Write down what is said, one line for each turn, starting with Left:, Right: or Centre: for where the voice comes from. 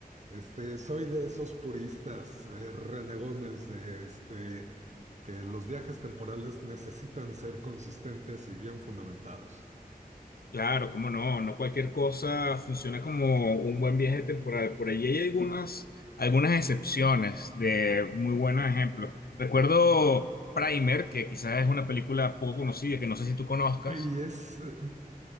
Right: este, soy de esos puristas, eh, renegones de, este, que los viajes temporales necesitan ser consistentes y bien fundamentados.
Left: Claro, cómo no, no cualquier cosa funciona como un buen viaje temporal. Por allí hay algunas, algunas excepciones de muy buenos ejemplos. Recuerdo Primer, que quizás es una película poco conocida, que no sé si tú conozcas,
Right: Y es, eh,